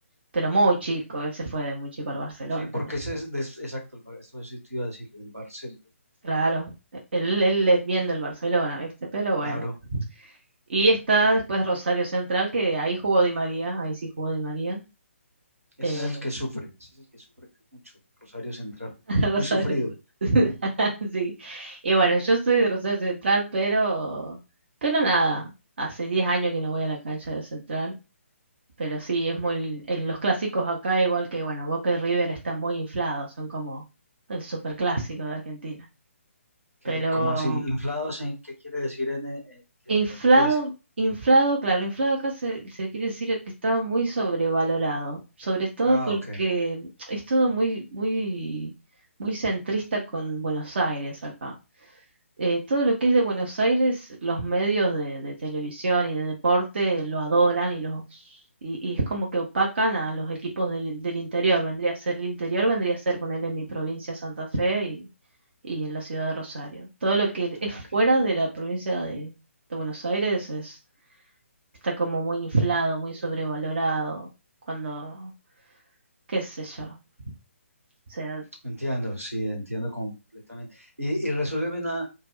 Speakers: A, on the right; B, on the right.
A: pero muy chico, él se fue de muy chico al Barcelona
B: Sí, porque
A: también.
B: ese es, des- exacto, el, Bar- esto sí te iba a decir, el Barcel,
A: Claro,
B: el-
A: él, él es bien del Barcelona, ¿viste? Pero bueno.
B: claro.
A: Y está después Rosario Central, que ahí jugó Di María, ahí sí jugó Di María. eh,
B: Ese es el que sufre, ese es el que sufre mucho, Rosario Central.
A: <laughs> Rosario.
B: Es muy sufrido.
A: <laughs>
B: <laughs>
A: Sí. Y bueno, yo soy de Rosario Central, pero, pero nada, hace 10 años que no voy a la cancha de Central, pero sí, es muy, en los clásicos acá, igual que, bueno, Boca y River están muy inflados, son como el superclásico de Argentina.
B: ¿Qué,
A: Pero
B: cómo así? ¿Inflados? en- ¿Qué quiere decir en eh, qué
A: inflado,
B: tratas de decir?
A: inflado, claro, inflado acá se, se quiere decir que está muy sobrevalorado, sobre todo
B: Ah,
A: porque
B: ok.
A: es todo muy, muy, muy centrista con Buenos Aires acá. eh, todo lo que es de Buenos Aires, los medios de, de televisión y de deporte lo adoran y los y, y es como que opacan a los equipos del, del interior. Vendría a ser el interior, vendría a ser ponerle mi provincia Santa Fe y, y en la ciudad de Rosario. Todo lo que es
B: Ah, ok.
A: fuera de la provincia de, de Buenos Aires es, está como muy inflado, muy sobrevalorado, cuando, qué sé yo, o sea,
B: Entiendo, sí, entiendo completamente. Y, y resuélveme una,